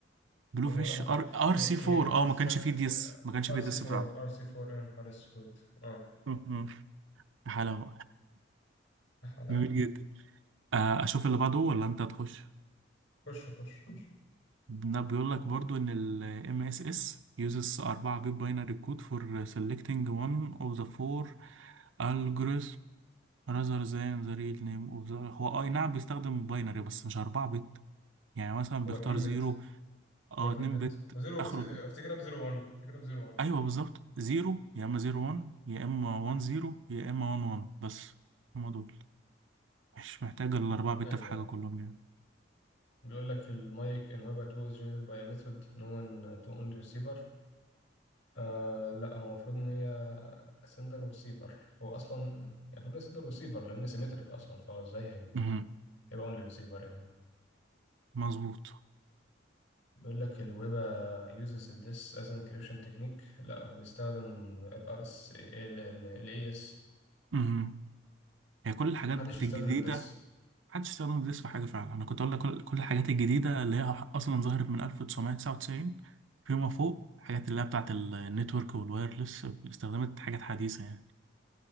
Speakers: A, on the right (about 85°); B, on the left (about 80°).
A: بلو
B: هو
A: فيش
B: لحظة
A: أر
B: لا.
A: أر
B: هي
A: سي 4
B: هي بتستغ
A: أه ما كانش فيه ديس ما كانش
B: ار
A: فيه
B: سي
A: ديس فعلا
B: 4 ار سي 4 يا نهار اسود اه
A: مهم. حلاوة <laughs>
B: يا حلاوة
A: جميل جدا آه، أشوف اللي بعده ولا أنت تخش
B: خش خش خش
A: بيقول لك برضو إن ال MSS uses 4 bit binary code for selecting one of the four algorithms rather than the real name of the هو آه، أي نعم بيستخدم باينري بس مش 4 بت يعني مثلا
B: هو
A: بيختار
B: 2
A: 0
B: بت
A: أه
B: هو 2
A: 2
B: بت
A: بت
B: وزيرو
A: آخره
B: زي... افتكرها ب 01 افتكرها ب 01
A: ايوه بالظبط زيرو يا اما زيرو وان يا اما وان زيرو يا اما وان وان بس هما دول مش محتاج الاربعه بت
B: ايوه
A: في حاجه كلهم يعني
B: بيقول لك المايك ان ويب 2 is generated by a method known to only receiver آه لا هو المفروض ان هي sender وريسيفر هو اصلا يعني المفروض sender وريسيفر لان سيمتريك اصلا فهو ازاي هي
A: امم
B: هيبقى only receiver يعني
A: مظبوط
B: بيقول لك الويب uses this as an encryption technique لا هو بيستخدم ال RS ال ال ال AES
A: امم هي كل الحاجات
B: محدش يستخدم
A: الجديده
B: الدس
A: محدش استخدم جديد في حاجه فعلا انا كنت اقول لك كل كل الحاجات الجديده اللي هي اصلا ظهرت من 1999 فيما فوق الحاجات اللي هي بتاعت النتورك والوايرلس استخدمت حاجات حديثه يعني